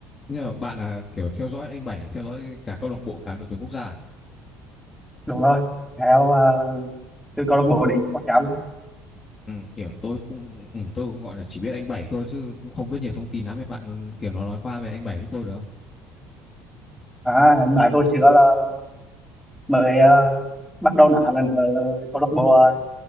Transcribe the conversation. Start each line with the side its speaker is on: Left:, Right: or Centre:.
Left: nhưng mà bạn là kiểu theo dõi anh Bảy là theo dõi cả câu lạc bộ cả đội tuyển quốc gia à?
Centre: đúng rồi theo ờ, từ câu lạc bộ đến quốc gia luôn
Left: Ừ, kiểu tôi cũng ừ, tôi cũng gọi là chỉ biết anh Bảy thôi chứ cũng không biết nhiều thông tin lắm ấy bạn kiểu nó nói qua về anh Bảy giúp tôi được không?
Centre: à anh bảy hồi xưa là mới ờ, bắt đầu đá là ở câu lạc bộ ờ,